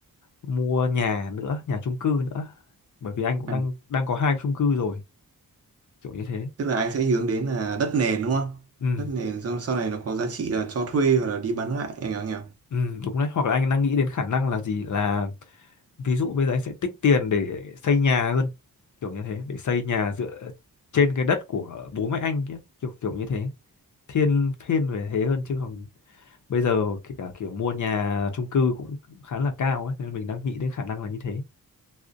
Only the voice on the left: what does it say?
mua nhà nữa nhà chung cư nữa bởi vì anh cũng
đang đang có hai chung cư rồi kiểu như thế
ừ
ừ đúng đấy hoặc là anh đang nghĩ đến khả năng là gì là ví dụ bây giờ anh sẽ tích tiền để xây nhà hơn kiểu như thế để xây nhà dựa trên cái đất của bố mẹ anh kia kiểu kiểu như thế thiên thiên về thế hơn chứ còn bây giờ kể cả kiểu mua nhà chung cư cũng khá là cao ấy nên mình đang nghĩ đến khả năng là như thế